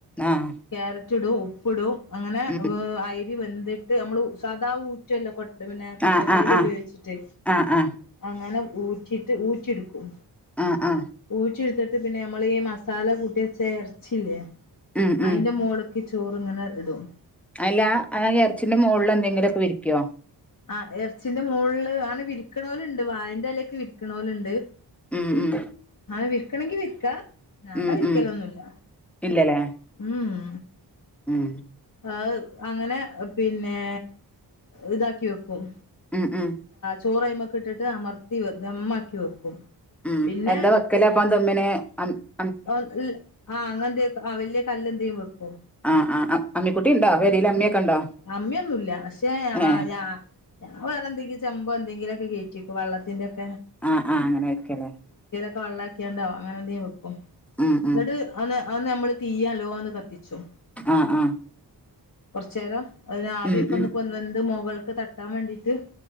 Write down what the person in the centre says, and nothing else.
ആഹ്
ഉം
ആഹ് ആഹ് ആഹ്
ആഹ് ആഹ്
ആഹ് ആഹ്
ഉം ഉം
അല്ല ആ ഇറച്ചിന്റെ മുകളിൽ എന്തെങ്കിലുമൊക്കെ വിരിക്കുവോ
ഉം ഉം
ഉം
ഉം ഇല്ലല്ലേ
ഉം
ഉം ഉം
ഉം
എന്താ വെക്കല് അപ്പ ദമ്മിന് അ
ആഹ് ആഹ് അമ്മിക്കുട്ടി ഉണ്ടോ പെരേല് അമ്മിയൊക്കെ ഉണ്ടോ
ഏഹ്
ആഹ് ആ അങ്ങനെ വെക്കലേ
ഉം ഉം
ആ ആഹ്
ഉം ഉം